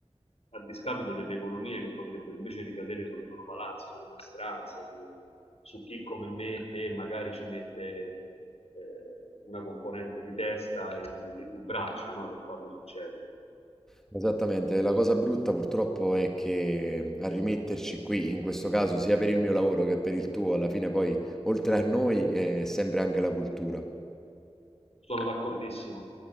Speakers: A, on the left; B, in the centre.
A: a discapito delle economie che potrebbero invece ricadere sulle manovalanze, sulle maestranze, su, su chi come me, te magari ci mette eh, una componente di testa e di, e di braccia no, per farlo succedere.
B: Esattamente. La cosa brutta purtroppo è che a rimetterci qui, in questo caso, sia per il mio lavoro che per il tuo, alla fine poi, oltre a noi, è sempre anche la cultura.
A: Sono d'accordissimo.